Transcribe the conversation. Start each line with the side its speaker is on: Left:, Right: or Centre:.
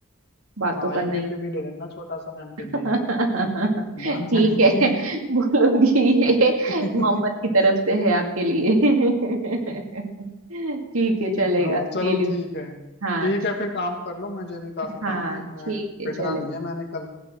Right: बात
Left: हाँ
Right: तो करना
Left: एक गिफ्ट
Right: ही है।
Left: भी ले लेना छोटा सा मैम के लिए
Right: <laughs> ठीक
Left: मान जाएंगी
Right: है बोलूंगी ये
Left: <laughs>
Right: मोहम्मद की तरफ से है आपके लिए <laughs> ठीक है चलेगा
Left: हाँ चलो
Right: ले लूंगी
Left: ठीक है
Right: हाँ
Left: ठीक है फिर काम कर लो मुझे भी काफी काम
Right: हाँ
Left: है मैं
Right: ठीक है
Left: पिटना
Right: चले
Left: नहीं है मैंने कल